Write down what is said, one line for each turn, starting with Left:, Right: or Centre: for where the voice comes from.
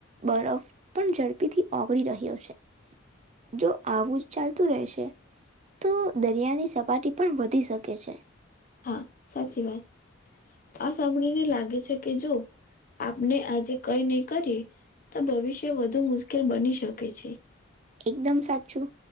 Right: બરફ પણ ઝડપી થી ઓગળી રહ્યો છે જો આવું જ ચાલતું રહેશે તો દરિયાની સપાટી પણ વધી શકે છે
Left: હા સાચી વાત આ સાંભળીને લાગે છે કે જો આપને આજે કઈ નહી કરીએ તો ભવિષ્ય વધુ મુશ્કેલ બની શકે છે
Right: એકદમ સાચું